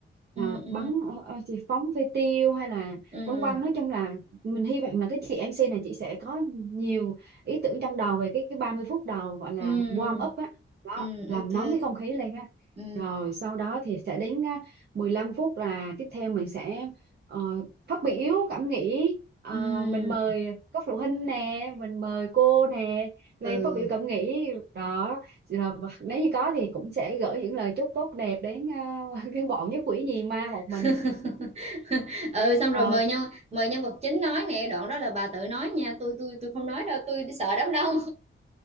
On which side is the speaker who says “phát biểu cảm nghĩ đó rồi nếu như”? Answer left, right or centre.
Right